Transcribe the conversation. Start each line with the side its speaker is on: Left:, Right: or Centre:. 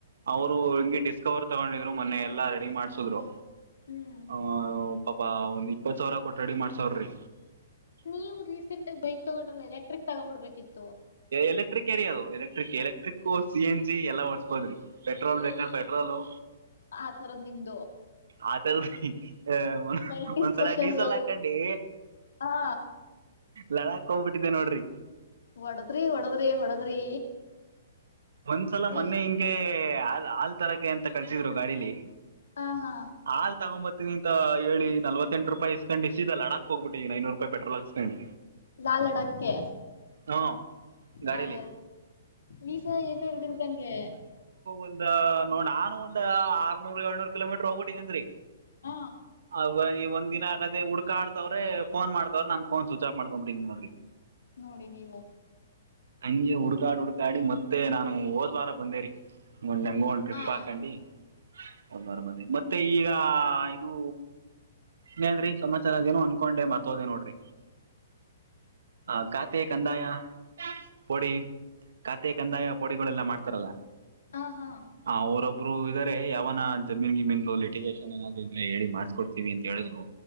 Right: ಅವ್ರು ಹಿಂಗೆ ಡಿಸ್ಕವರ್ ತಗೊಂಡಿದ್ರು ಮೊನ್ನೆ ಎಲ್ಲಾ ರಡಿ ಮಾಡ್ಸದ್ರು.
Left: ಹ್ಮ್
Right: ಹ ಪಾಪ ಒಂದ್ ಇಪ್ಪತ್ ಸಾವ್ರ ಕೊಟ್ಟ ರಡಿ ಮಾಡ್ಸಾವ್ರಿ.
Left: ನೀವು ರೀಸೆಂಟಾಗಿ ಬೈಕ್ ತಗೊಂಡ್ರಲ್ಲ ಎಲೆಕ್ಟ್ರಿಕ್ ತಗೊಂಬಿಡ್ಬೇಕಿತ್ತು.
Right: ಎಲೆಕ್ಟ್ರಿಕೇರಿ ಅದು electric electric C N G ಎಲ್ಲ ಓಡಿರ್ಸ್ಬೋದ್ರಿ. ಪೆಟ್ರೋಲ್ ಬೇಕಾರ ಪೆಟ್ರೋಲು.
Left: ಆಥರದ ನಿಮ್ದು.
Right: ಆತರದ ಒ
Left: ಮಲ್ಟಿ
Right: ಒಂದ್ಸಲ
Left: ಸ್ಪೆಷಲ್
Right: ಡೀಸೆಲ್ ಹಾಕಂಡಿ.
Left: ಹಾ
Right: ಲಡಾಕ್ ಹೋಗ್ಬಿಟ್ಟಿದ್ದೆ ನೋಡ್ರಿ.
Left: ಒಡದ್ರಿ ಒಡದ್ರಿ ಹೊಡದ್ರಿ.
Right: ಒಂದ್ಸಲ ಮೊನ್ನೆ
Left: ಎಷ್ಟ
Right: ಹಿಂಗೆ ಆಲ್ ಹಾಲ್ ತರಕೆ ಅಂತ ಕಳ್ಸಿದ್ರು ಗಾಡಿಲಿ.
Left: ಹಾ ಹಾ
Right: ಹಾ ತಗೊಂಬತಿನಂತ ಹೇಳಿ ನವತ್ತೆಂಟ ರೂಪಾಯಿ ಇಸ್ಕಂಡಿ ಸೀದಾ ಲಡಾಕ್ ಹೋಗ್ಬಿಟ್ಟಿದೀನಿ ಐನೂರುಪಾಯಿ ಪೆಟ್ರೋಲ್ ಹಾಕ್ಸ್ಕೊಂಡಿ.
Left: ಯಾ ಲಡಕ್ಕೆ
Right: ಹ್ಞೂ ಗಾಡೀಲಿ
Left: ಹಾಗ ವೀಸಾ ಏನು ಇಲ್ದಿದಂಗೆ.
Right: ಒಂದ ನ ನಾನು ಒಂದ್ ಆರ್ನೂರ್ ಏಳ್ನೂರ್ ಕಿಲೋಮೀಟರ್ ಹೋಗ್ಬಿಟ್ಟಿದಿಂದ್ರಿ.
Left: ಹ
Right: ಅವ ನೀ ಒಂದಿನ ಆಗದೆೇ ಹುಡ್ಕಾಡ. ತವ್ರೆ ಫೋನ ಮಾಡತವ್ರೆ ನನ್ ಫೋನ ಸ್ವಿಚ್ ಆಫ್ ಮಾಡ್ಕೊಮ್ ಬಿಟ್ಟಿನ್ ನೋಡ್ರಿ.
Left: ನೋಡಿ ನೀವು
Right: ಹಂಗೆ ಹುಡುಕಾಡಿ ಹುಡ್ಕಾಡಿ ಮತ್ತೆ ನಾನು ಹೋದ್ ವಾರ ಬಂದೇರಿ. ಒಂದೆಂಗೋ ಒಂದ್ ಟ್ರಿಪ್
Left: ಹ
Right: ಹಾಕಂಡಿ. ಒಂದ್ ವಾರ ಮನೆ ಮತ್ತೆ ಈಗ ಇದು. ಇನ್ ಎನ್ರೀ ಸಮಾಚಾರ ಅದೇನೋ ಅನ್ಕೊಂಡೆ ಮರ್ತೋದೇ ನೋಡ್ರಿ.
Left: <unintelligible>
Right: ಹ ಕಾತೆ ಕಂದಾಯ. ಪೋಡಿ ಖಾತೆ ಕಂದಾಯ ಪೋಡಿಗಳೆಲ್ಲ ಮಾಡ್ತಾರಲ್ಲ.
Left: ಹಾ ಹಾ
Right: ಹ ಅವರೊಬ್ರು ಇದಾರೆ ಯಾವನ ಜಮೀನ್ ಗಿಮೀನ್ ಲಿಟಿಗೇಶನ್ ಏನಾದ್ರು ಇದ್ರೆ ಹೇಳಿ ಮಾಡಸ್ಕೊಡ್ತೀವಿ ಅಂತ ಹೇಳಿದ್ರು.